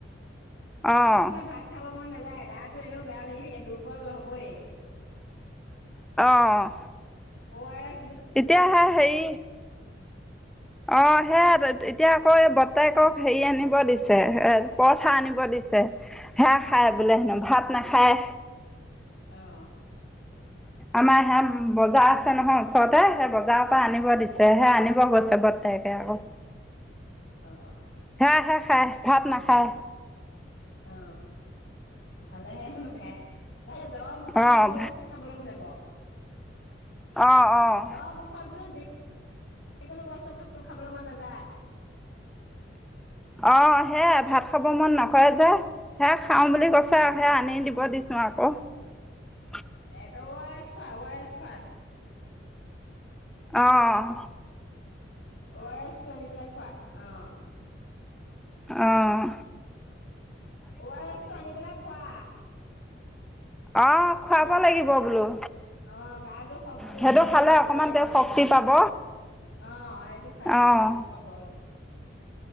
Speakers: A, in the centre; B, on the left.
A: অ'
B: জ্বৰ উঠিলে ভাত খাব মন নাযায়। গাটো এনেও বেয়া লাগি থাকে দুৰ্বল হবয়ে।
A: অহ',
B: অআৰেচ, <inaudible>
A: এতিয়া আহা হেৰি অ' সেয়া এতিয়া আকৌ এই বৰ্তাই ক হেৰি আনিব দিছে। পৰঠা আনিব দিছে। সেয়া খায় বোলে হেনো ভাত নাখায়।
B: আহ
A: আমাৰ হে বজাৰ আছে নহয়, ওচৰতে সেই বজাৰৰ পৰা আনিব দিছে সে আনিব গৈছে বৰ্তাই আকৌ।
B: অ
A: খাই খাই খাই ভাত নাখায়
B: অ ভালেহে মানে ন জ্বৰ মুখত
A: অ'
B: যিকোনো বস্তু খাবলৈ মন যাব
A: অ' অ'
B: দ মুখত বোলো যি যিকোনো বস্তু ভাতটো খাবলৈ মন নাযায়
A: অ হেই এ ভাত খাব মন নকৰে যে হে খাওঁ বুলি কৈছে
B: উম।
A: আৰু সে আনি দিব দিছো চাও আক
B: অঁ আৰ এছ খোৱা অঁ আৰ এছ খোৱা
A: আহ
B: অ আৰ এছ টো আনি পেলাই খোৱা অ
A: আহ
B: অ আৰ এছ টো আনি পেলাই খোৱা
A: অঁ খুৱাব
B: গা
A: লাগিব বোলো
B: অ গাটো শক্তি
A: সেইটো
B: এতিয়া আহিব
A: খালে
B: তেতিয়াহে
A: অকণমান তেওঁ
B: বলে
A: শক্তি পাব
B: অ সেইটো খুৱাই দে
A: অঁ
B: ভাল পাব অলপ